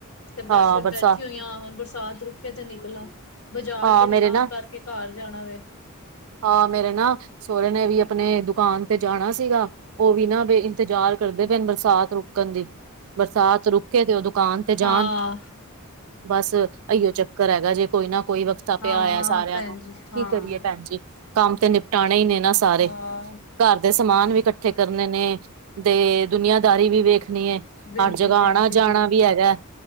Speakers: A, on the left; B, on the right.
A: ਤੇ ਬਸ
B: ਹਾਂ
A: ਫੇਰ
B: ਬਰਸਾ
A: ਬੈਠੀ ਹੋਈ ਆ। ਹੁਣ ਬਰਸਾਤ ਰੁਕੇ ਤੇ ਨਿਕਲਾਂ ਬਾਜ਼ਾਰ
B: ਹਾਂ
A: ਦੇ
B: ਮੇਰੇ
A: ਵੀ ਕੰਮ
B: ਨਾ
A: ਕਰਕੇ ਕਾਰ ਜਾਣਾ ਵੇ।
B: ਹਾਂ ਮੇਰੇ ਨਾ ਸੋਹੁਰੇ ਨੇ ਵੀ ਅਪਣੇ ਦੁਕਾਨ ਤੇ ਜਾਣਾ ਸੀਗਾ। ਉਹ ਵੀ ਨਾ ਬੇ ਇੰਤਜ਼ਾਰ ਕਰਦੇ ਪਏ ਨੇ ਬਰਸਾਤ ਰੁਕਣ ਦੀ। ਬਰਸਾਤ ਰੁਕੇ ਤੇ ਉਹ ਦੁਕਾਨ ਤੇ ਜਾਣ।
A: ਹਾਂ।
B: ਬਸ ਇਹੀਓ ਚੱਕਰ ਹੈਗਾ ਜੇ ਕੋਈ ਨਾ ਕੋਈ ਵਕਤਾ ਪਇਆ
A: ਹਾਂ
B: ਹੋਯਾ ਸਾਰਿਆਂ
A: ਭੈਣ
B: ਨੂੰ।
A: ਜੀ ਹਾਂ
B: ਕੀ ਕਰੀਏ ਪੈਣ ਜੀ, ਕੰਮ ਤੇ ਨਿਪਟਾਣੇ ਈ ਨੇ ਨਾ ਸਾਰੇ।
A: ਹਾਂ।
B: ਘੱਰ ਦੇ ਸਮਾਨ ਵੀ ਕੱਠੇ ਕਰਨੇ ਨੇ ਤੇ ਦੁਨੀਆਂਦਾਰੀ ਵੀ ਵੇਖਣੀ ਏ।
A: ਬਿਲਕੁਲ
B: ਹਣ ਜਗ੍ਹਾ
A: ਭੈਣ
B: ਆਣਾ-ਜਾਣਾ
A: ਜੀ ਬਿਲਕੁਲ
B: ਵੀ ਹੈਗਾ।